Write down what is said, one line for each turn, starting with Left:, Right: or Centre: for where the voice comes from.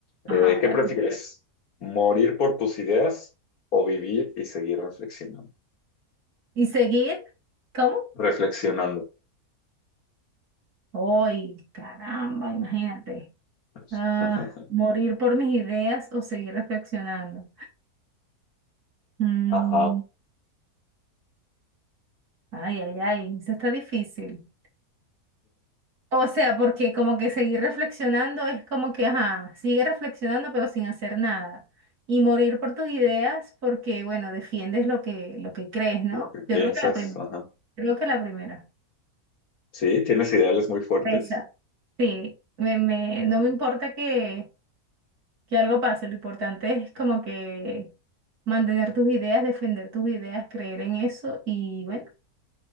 Right: Ajá,
Left: Eh,
Right: ahora
Left: ¿qué prefieres?
Right: tú.
Left: ¿Morir por tus ideas o vivir y seguir reflexionando?
Right: ¿Y seguir? ¿Cómo?
Left: Reflexionando.
Right: ¡Ay, caramba! Imagínate.
Left: <laughs>
Right: Ah, morir por mis ideas o seguir reflexionando. Mm,
Left: Ajá.
Right: Ay, ay, ay, eso está difícil. O sea, porque como que seguir reflexionando es como que, ajá, sigue reflexionando pero sin hacer nada. Y morir por tus ideas porque, bueno, defiendes lo que, lo que crees, ¿no?
Left: Lo que piensas,
Right: Yo creo que la primera.
Left: ajá.
Right: Creo que la primera.
Left: Sí, tienes ideales muy fuertes.
Right: Esa. Sí, me, me- no
Left: Ah,
Right: me importa que, que algo pase, lo importante es como que mantener tus ideas, defender tus ideas, creer en eso y bueno,